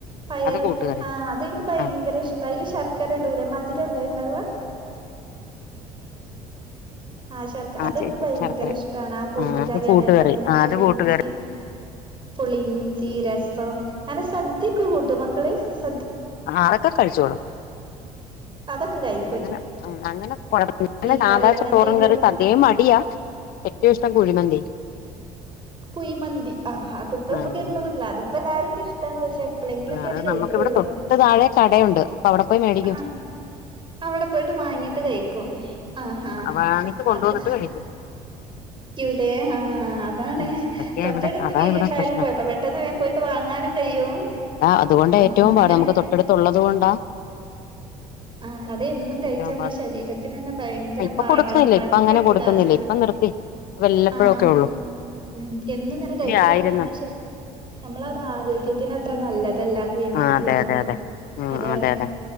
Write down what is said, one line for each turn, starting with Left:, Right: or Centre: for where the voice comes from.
Right: പയർ
Left: അത് കൂട്ടുകറി
Right: ആ അതെനിക്ക് ഭയങ്കര
Left: ആ
Right: ഇഷ്ട അയില് ശർക്കര ഇടൂലേ മധുരല്ലേ അയ് ഇണ്ടാവ്? ആ ശർക്ക
Left: ആ
Right: അതെനിക്ക്
Left: ചേച്ചി
Right: ഭയങ്കര
Left: ശർക്കര
Right: ഇഷ്ടാ ണ് ആ കൂട്ടുകറി
Left: ആഹ് അത്
Right: അതേപോലെ തന്നെ
Left: ആഹ്
Right: പുളിഞ്ചി
Left: അത് കൂട്ടുകറി
Right: പുളി ഇഞ്ചി, രസം അങ്ങനെ സദ്യക്കെ കൂട്ടോ മക്കള് സ
Left: ആ അതൊക്കെ കഴിച്ചോളും.
Right: അതൊക്കെ കഴി
Left: അങ്ങനെ ആഹ്, അങ്ങനെ <unintelligible> അങ്ങനെ
Right: മീൻകറി
Left: സാധാ
Right: അങ്ങനത്തേനോട്
Left: ചോറും കറി സദ്യയും മടിയാ ഏറ്റവും ഇഷ്ടം കുഴിമന്തി.
Right: കുഴിമന്തി ആഹ് അതിപ്പ നമുക്കെന്നും
Left: ആഹ്
Right: കിട്ടില്ല, അതിപ്പോ എല്ലാർക്കും ഇഷ്ടാ ണ് പക്ഷെ, എപ്പളെങ്കിലൊക്കെയാണ്
Left: ആ അത്
Right: കഴിക്കുള്ളൂ
Left: നമ്മക്കിവിടെ തൊട്ട് താഴെ കടയുണ്ട് അപ്പൊ അവിടെ പോയി മേടിക്കും.
Right: ആഹ് അവിടെ പോയിട്ട് വാങ്ങീട്ട് കഴിക്കും ആഹ് ആഹ്
Left: വാങ്ങിച്ച് കൊണ്ടുവന്നിട്ട്
Right: അപ്പൊ
Left: കഴിക്കും
Right: റ്റൂലേ ആഹ് അതാണ്.
Left: ഉം അതൊക്കെയാ
Right: തൊട്ടടുത്ത്
Left: ഇവിടെ അതാ
Right: പിടി
Left: ഇവിടെ
Right: ഇണ്ടായാലും
Left: പ്രശ്നം
Right: കൊഴപ്പ പെട്ടെന്ന് വേം പോയിട്ട് വാങ്ങാനും കഴിയും.
Left: അതുകൊണ്ട
Right: ആഹ്
Left: ഏറ്റവും പാട്
Right: അങ്ങനത്തെ
Left: നമുക്ക് തൊട്ടടുത്ത് ഉള്ളത് കൊണ്ടാ
Right: ആഹ്, അത് എന്നും കഴിച്ചാ
Left: ഏറ്റവും
Right: നമ്മളെ
Left: പാട്
Right: ശരീര ത്തിനെന്നെ ഭയങ്കര
Left: ആഹ് ഇപ്പൊ
Right: പാടാണ്
Left: കൊടുക്കുന്നില്ല
Right: പണികിട്ടും
Left: ഇപ്പൊ അങ്ങനെ കൊടുക്കുന്നില്ല
Right: ലാസ്റ്റ്,
Left: ഇപ്പൊ നിർത്തി വല്ലപ്പോഴൊക്കെ
Right: ആഹ്.
Left: ഉള്ളൂ
Right: ഉം, എന്നു ഇങ്ങനെ
Left: ഒത്തിരി
Right: കഴിക്കയാണെങ്കിൽ
Left: ആയിരുന്നു
Right: നമ്മളെ ശരീ നമ്മളത് ആരോഗ്യത്തിന് അത്ര നല്ലതല്ല കുഴി മന്തിയൊന്നും
Left: ആഹ് അതെ അതെ അതെ ഉം
Right: അതാണ്.
Left: അതെ അതെ